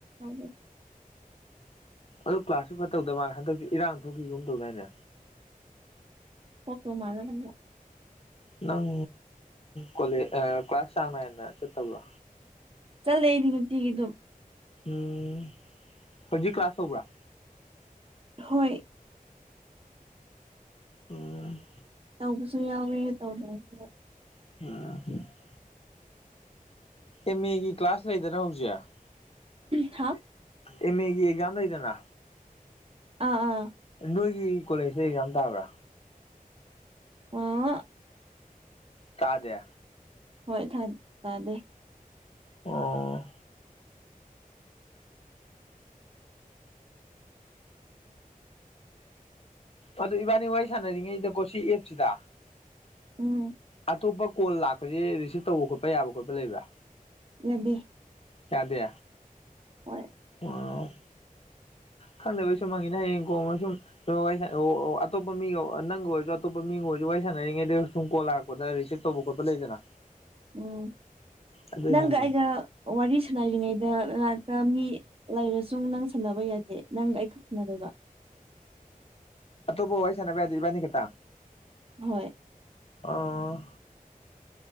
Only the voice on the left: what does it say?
ꯑꯗꯨ ꯀ꯭ꯂꯥꯁꯁꯨ ꯐꯠꯇꯗ ꯃꯥꯜꯦ ꯍꯟꯗꯛꯇꯤ ꯏꯔꯥꯡ ꯊꯣꯛꯈꯤꯒꯨꯝ ꯇꯧꯗꯥꯏꯅꯦ
ꯅꯪ ꯀꯣꯂꯦ ꯀ꯭ꯂꯥꯁ ꯆꯥꯡ ꯅꯥꯏꯅ ꯆꯠꯇꯕ꯭ꯔꯣ
ꯎꯝ ꯍꯧꯖꯤ ꯀ꯭ꯂꯥꯁ ꯍꯧꯕ
ꯎꯝ
ꯑ ꯑꯦꯝꯃꯦꯒꯤ ꯀ꯭ꯂꯥꯁ ꯂꯩꯗꯅ ꯍꯧꯖꯤꯛ
ꯑꯦꯝ ꯑꯦꯒꯤ ꯑꯦꯛꯖꯝ ꯂꯗꯦꯅ
ꯅꯣꯏꯒꯤ ꯀꯣꯂꯦꯖꯁꯦ ꯑꯦꯛꯖꯥꯝ ꯇꯥꯕ꯭ꯔꯥ
ꯀꯥꯗꯦ
ꯑꯣ ꯑꯗꯨ ꯏꯕꯥꯅꯤ ꯋꯥꯔꯤ ꯁꯥꯟꯅꯔꯤꯉꯩꯗ ꯀꯣꯁꯤ ꯑꯦꯞꯁꯤꯗ
ꯑꯇꯣꯞꯄ ꯀꯣꯜ ꯂꯥꯛꯄꯁꯤ ꯔꯤꯁꯤꯞ ꯇꯧꯕ ꯈꯣꯠꯄ ꯌꯥꯕ ꯈꯣꯠꯄ ꯂꯩꯕ꯭ꯔꯥ
ꯌꯥꯗꯦ
ꯑꯣ ꯈꯪꯗꯕꯩ ꯁꯨꯝ ꯃꯥꯡꯉꯤꯅ ꯍꯌꯦꯡꯒꯣꯡꯅ ꯁꯨꯝ <unintelligible> ꯑꯇꯣꯞꯄ ꯃꯤꯒ ꯅꯪꯒ ꯑꯣꯏꯔꯁꯨ ꯑꯇꯣꯞꯄ ꯃꯤꯒ ꯑꯣꯏꯔꯁꯨ ꯋꯥꯔꯤ ꯁꯥꯟꯅꯔꯤꯉꯩꯗ ꯁꯨꯝ ꯀꯣꯜꯂꯥꯛꯄ ꯐꯣꯟꯗ ꯔꯤꯁꯤꯞ ꯇꯧꯕ ꯈꯣꯠꯄ ꯂꯩꯗꯅ
ꯑꯗꯨꯏ
ꯍꯪꯉꯤ
ꯑꯇꯣꯞꯄ ꯋꯥꯔꯤ ꯁꯥꯟꯅꯕ ꯌꯥꯗꯦ ꯏꯕꯥꯅꯤ ꯈꯛꯇꯥ
ꯑꯣ